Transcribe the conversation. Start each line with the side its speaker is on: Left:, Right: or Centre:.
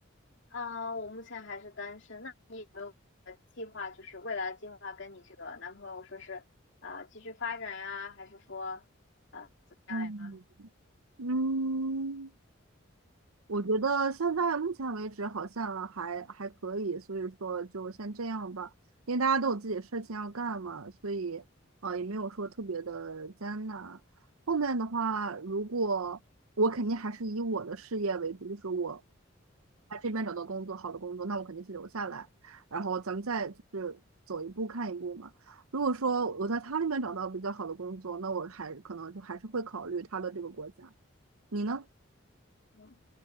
Left: 啊，我目前还是单身。那你有没有计划，就是未来计划跟你这个男朋友说是啊、呃继续发展呀，还是说啊怎么样呀？
Right: 嗯嗯，我觉得现在目前为止好像还还可以，所以说就先这样吧，因为大家都有自己的事情要干嘛，所以呃也没有说特别的艰难。后面的话，如果我肯定还是以我的事业为主，就是我在这边找到工作，好的工作，那我肯定是留下来，然后咱们再就是走一步看一步嘛。如果说我在他那边找到比较好的工作，那我还可能就还是会考虑他的这个国家。你呢？
Left: 嗯